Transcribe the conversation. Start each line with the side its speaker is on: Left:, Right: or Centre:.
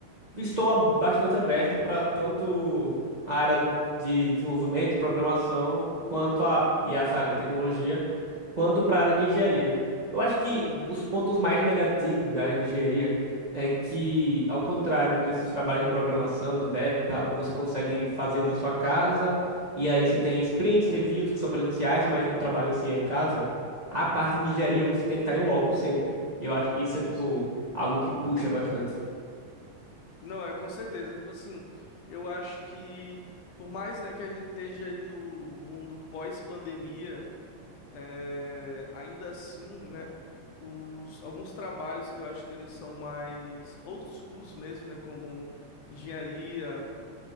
Right: estou ab- bastante aberto para tanto a área de desenvolvimento e programação, quanto a, e essa área de tecnologia, quanto para a área de engenharia. Eu acho que
Left: Uhum,
Right: os pontos mais negativos da área de engenharia é que, ao contrário desses trabalhos de programação, de dev e tal, que você consegue fazer da sua casa, e aí você tem sprints, reviews que são presenciais, mas o trabalho em si é em casa, a parte de engenharia você tem que estar em loco sempre. E eu acho que isso é, tipo,
Left: sim.
Right: algo que puxa bastante.
Left: Não, é com certeza, tipo assim, eu acho que por mais, né, que a gente esteja aí no mundo pós-pandemia, é, ainda assim, né, os alguns trabalhos que eu acho que eles são mais old schools mesmo, né, como engenharia,